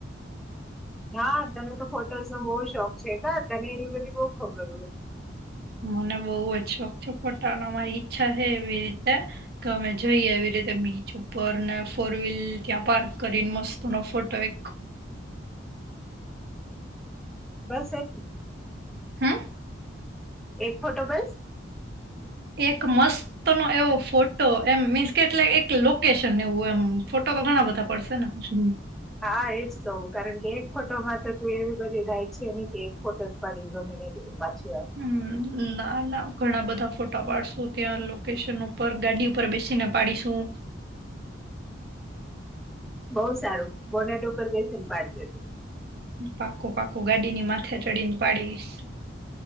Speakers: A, in the centre; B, on the right.
A: વાહ તને તો ફોટોસ નો બહુ શોખ છે કા તને એવી બધી બહું ખબર હોય.
B: મને બવ જ શોખ છે પણ અને મારી ઈચ્છા છે એવી રીતે કે અમે જઈએ એવી રીતે બીચ ઉપર ને ફોર વ્હીલ ત્યાં પાર્ક કરીને મસ્ત નો ફોટો એક
A: બસ <inaudible>
B: હમ
A: એક ફોટો બસ?
B: એક મસ્ત નો એવો ફોટો એમ મીન્સ કે એટલે એક લોકેશન અને એવું એમ ફોટો તો ઘણા બધા પડશે ને?
A: હા એજ કવું કારણ કે એક ફોટોમાં તો તું એવી બધી ડાય છે નઈ કે એક ફોટોસ પાડીને નીકળી પાછી આવ.
B: હમ ના ના ઘણા બધા ફોટા પાડશું ત્યાં લોકેશન ઉપર ગાડી ઉપર બેસીને પાડીશું.
A: બહુ સારું બોનેટ ઉપર બેસીને પાડ જે તું.
B: પાકું પાકું ગાડીની માથે ચડીને પાડીશ.